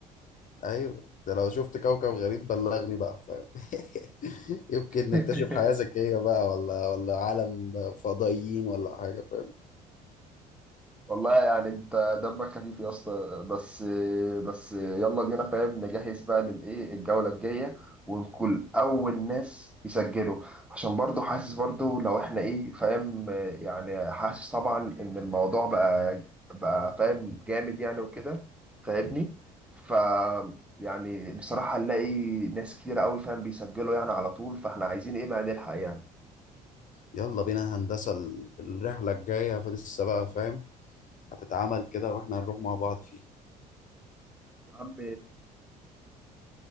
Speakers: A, on the left; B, in the centre.
A: ايوه ده لو شفت كوكب غريب بلغني بقى فاهم <laughs> يمكن
B: <laughs>
A: نكتشف حياة ذكية بقى ولا ولا عالم فضائيين ولا حاجة فاهم
B: والله يعني انت دمك خفيف يا اسطى بس بس يلا بينا فاهم نجهز بقى للايه الجوله الجايه ونكون اول ناس يسجلوا عشان برضو حاسس برضو لو احنا ايه فاهم يعني حاسس طبعا ان الموضوع بقى بقى فاهم جامد يعني وكده فاهمني ف يعني بصراحه نلاقي ناس كتير قوي فاهم بيسجلوا يعني على طول فاحنا عايزين ايه بقى نلحق يعني
A: يلا بينا هندسة ال- الرحلة الجاية فلسه بقى فاهم هتتعمل كده واحنا هنروح مع بعض فيها
B: يا عم